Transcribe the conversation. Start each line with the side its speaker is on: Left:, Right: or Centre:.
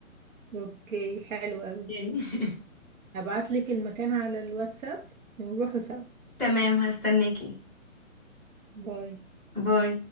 Right: اوكي حلو قوي
Centre: <laughs>
Right: هبعتلك المكان على الواتساب ونروحوا سوا
Centre: تمام هستناكي
Right: باي
Centre: باي